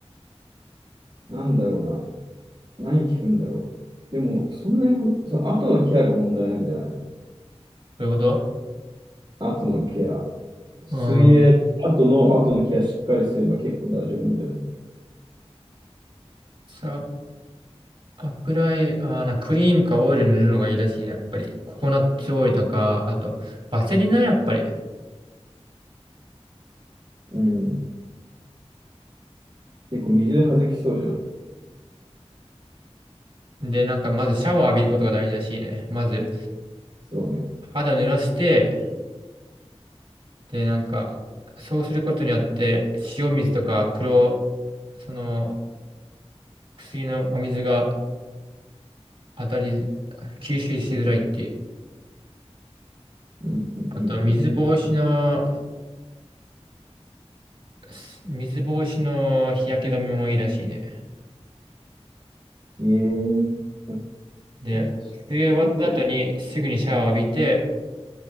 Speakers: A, on the right; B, on the right.
A: う。なんだろうな。何効くんだろう。でも、そんなにほん、その後のケアが問題なんじゃないの
B: そういうこと
A: 後のケア。水泳、
B: うん。
A: 後の、後のケアしっかりすれば結構大丈夫なんじゃない
B: さ油絵、あーな、クリームかオイル塗るのがいいらしいね、やっぱり。ココナッツオイルとか、あと、バセリナ、やっぱり。
A: うん。結構水はずきそうじゃん。
B: で、なんか、まずシャワー浴びることが大事らしいね。まず、
A: そうね。
B: 肌濡らして、で、なんか、そうすることによって、塩水とか黒、その、薬のお水が当たり、吸収しづらいっていう。
A: うん、うん、
B: あと、
A: う
B: 水防止の、
A: ん、
B: す水防止の日焼け止めもいいらしいね。
A: うん。ええー。
B: で、
A: 確かに結構、
B: 水泳終わった後に、すぐにシャワー浴びて、